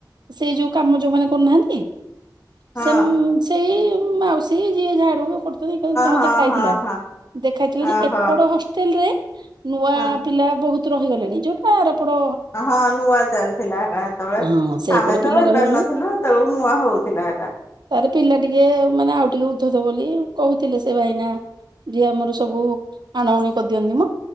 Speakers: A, on the right; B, on the left.
A: ସେଇ ଯୋଉ କାମ ଯୋଉମାନେ କରୁନାହାନ୍ତି
B: ହଁ
A: ସେ ସେଇ ମାଉସୀ ଯିଏ ଝାଡୁ ତାଙ୍କୁ
B: ହଁ
A: ଦେଖାଇଥିଲା
B: ହଁ ହଁ ହଁ।
A: ଦେଖାଇଥିଲା
B: ଓହୋ
A: ଯେ ଏପଟ ହଷ୍ଟେଲ ରେ ନୂଆ
B: ହଁ।
A: ପିଲା ବହୁତ ରହିଗଲେଣି ଯୋଉଟା ଆରପଡ
B: ହଁ ନୂଆ ଚାଲିଥିଲା ସେତେବେଳେ
A: ହଁ ସେଇପଟେ
B: ଆମେ ତ
A: ପିଲା
B: ରହିପାରିନଥିଲୁ
A: ରହିଗଲେଣି
B: ସେତେବେଳକୁ ନୂଆ ହଉଥିଲା ସେଟା
A: ତାରେ ପିଲା ଟିକେ ମାନେ ଆଉ ଟିକେ ଉଦ୍ଧତ ବୋଲି କହୁଥିଲେ ସେ ଭାଇନା ଯିଏ ଆମର ସବୁ ଆଣଉଣୀ କରିଦିଅନ୍ତି ମ